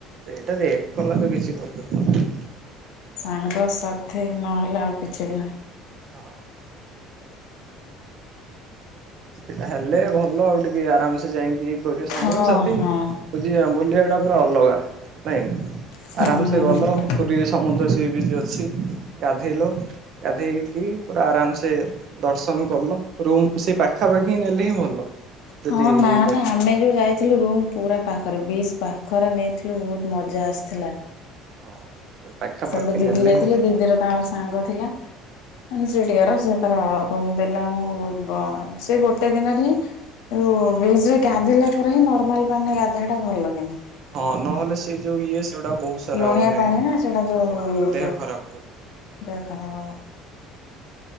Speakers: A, on the right (about 50°); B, on the left (about 80°).
A: ସେଇଟା ଯେ ଏକ କଲା ତ କିଛି କରିପାରିବନି।
B: ସାଙ୍ଗସାଥି ନହେଲେ ଆଉ କିଛି ବି ନାହିଁ।
A: ହଁ। ସେଇଟା ହେଲେ ଭଲ ଆଉ ଟିକେ ଆରାମସେ ଯାଇଁକି ତୋର ଯୋଉ ସାଙ୍ଗସାଥି
B: ହଁ ହଁ
A: ବୁଝି ବୁଲିବାଟା ପୁରା ଅଲଗା ନାଇଁ।
B: ହୁଁ।
A: ଆରାମସେ ଗଲ ପୁରୀରେ ସମୁଦ୍ର ସିଏ ବିଚ୍ ଅଛି। ଗାଧେଇଲ ଗାଧେଇକି ପୁରା ଆରାମସେ ଦର୍ଶନ କଲ। ରୁମ୍ ସେ ପାଖାପାଖି ନେଲେ ହିଁ ଭଲ। ଯଦି
B: ହଁ ନା
A: ଇଏ କରିବ
B: ନା ଆମେ ଯୋଉ ଯାଇଥିଲୁ ରୁମ୍ ପୁରା ପାଖରେ ବିଚ୍ ପାଖରେ ନେଇଥିଲୁ ବହୁତ ମଜା ଆସିଥିଲା।
A: ହଁ। ପାଖାପାଖି
B: ସେ ଗୋଟେ ଦିଦି
A: ନେଲେ
B: ଯାଇଥିଲେ
A: ହିଁ ଭଲ।
B: ଦିଦିର ତାଙ୍କର ସାଙ୍ଗ ଥିଲା। ମାନେ ସେ ଦିଅର ସେ ତାର ରୁମ ଦେଲା ଆମକୁ ସେ ଗୋଟେ ଦିନରେ ହିଁ ବିଚରେ ଗାଧେଇଲା ପରେ ହିଁ ନର୍ମାଲ ପାଣିରେ ଗାଧେଇବାଟା ଭଲ କିନ୍ତୁ।
A: ହଁ ନହେଲେ ସେ ଯୋଉ ଇଏ ସେଗୁଡା ବହୁତ ସାରା
B: ଲୁଣିଆ
A: ମାନେ
B: ପାଣି ନା ସେଗୁଡ଼ା ସବୁ
A: ହଁ
B: ଇଏ ହେଇଯିବ।
A: ଦେହ ଖରାପ କରିବ।
B: ଦେହ ଖରାପ ହବ।